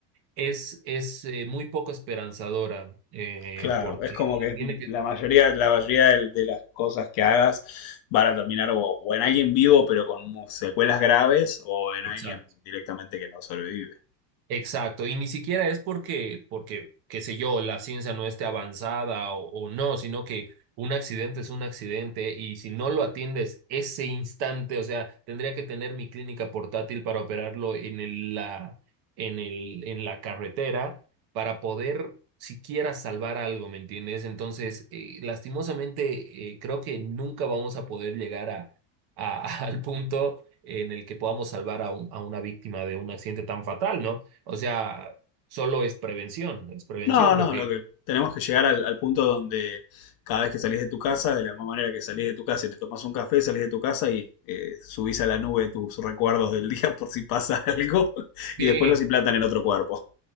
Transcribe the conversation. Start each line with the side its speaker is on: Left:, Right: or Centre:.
Right: es, es eh, muy poco esperanzadora eh,
Left: Claro,
Right: porque
Left: es como que
Right: tiene que...
Left: la mayoría, la mayoría de, de las cosas que hagas van a terminar o, o en alguien vivo pero con mu- secuelas graves o en alguien
Right: Exacto.
Left: directamente que no sobrevive.
Right: Exacto, y ni siquiera es porque, porque, qué sé yo, la ciencia no esté avanzada o, o no, sino que un accidente es un accidente y si no lo atiendes ese instante, o sea, tendría que tener mi clínica portátil para operarlo en el, la, en el, en la carretera para poder siquiera salvar algo, ¿me entiendes? Entonces, eh, lastimosamente, eh, creo que nunca vamos a poder llegar a, a- <laughs> al punto en el que podamos salvar a, un- a una víctima de un accidente tan fatal, ¿no? O sea, solo es prevención, es prevención,
Left: No, no,
Right: porque
Left: lo que tenemos que llegar al, al punto donde cada vez que salís de tu casa, de la misma manera que salís de tu casa y te tomás un café, salís de tu casa y eh, subís a la nube tus recuerdos del día por si pasa <laughs> algo y
Right: sí,
Left: después los implantan en otro cuerpo.